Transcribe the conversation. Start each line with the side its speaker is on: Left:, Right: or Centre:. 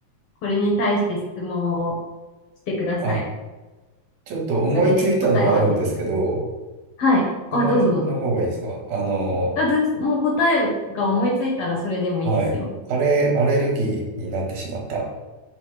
Left: これに対して質問をしてください。
Right: あ、ちょっと思いついたのはあるんですけど、
Left: それで答えを当ててください。はい。
Right: 質問の方がいいですかあの、
Left: あ、どうぞどうぞ。あ、どっち、もう答えが思いついたらそれでもいいですよ。
Right: はい。カレーアレルギーになってしまった。